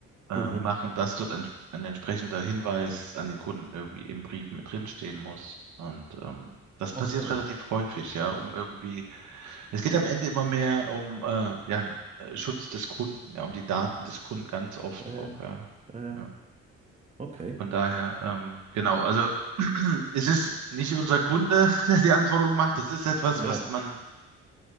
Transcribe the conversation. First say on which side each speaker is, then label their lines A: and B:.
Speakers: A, on the right; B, on the right.
A: äh,
B: Mhm.
A: machen, dass dort ein, ein entsprechender Hinweis an den Kunden irgendwie im Brief mit drinstehen muss. Und ähm, das passiert
B: Okay.
A: relativ häufig, ja, um irgendwie es geht am Ende immer mehr um äh, ja, äh, Schutz des Kunden, ja, um die Daten des Kunden ganz oft
B: Ja, ja,
A: auch, ja.
B: ja, ja.
A: Ja.
B: Okay.
A: Von daher, ähm, genau, also <clears throat> es ist nicht unser Kunde, <laughs> der die Anforderungen macht. Das ist etwas,
B: Ja,
A: was man,